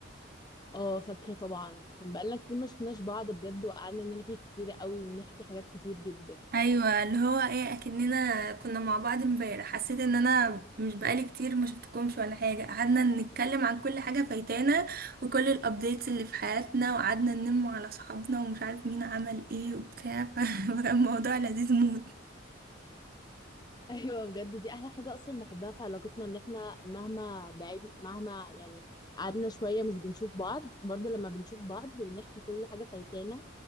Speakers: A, on the left; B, on the right.
A: اه فاكرة طبعا كان بقالنا كتير ما شفناش بعض بجد وقعدنا نلغي كتير قوي ونحكي حاجات كتير جدا
B: ايوه اللي هو ايه اكننا كنا مع بعض امبارح حسيت ان انا مش بقالي كتير ما شفتكمش ولا حاجه قعدنا نتكلم عن كل حاجه فايتانا وكل الابديتس اللي في حياتنا وقعدنا ننم على اصحابنا ومش عارف مين عمل ايه وبتاع <laughs> فكان الموضوع لذيذ موت
A: ايوه بجد دي احلى حاجه اصلا بحبها في علاقتنا ان احنا مهما بعيد مهما يعني قعدنا شويه مش بنشوف بعض برضه لما بنشوف بعض بنحكي كل حاجه فايتانا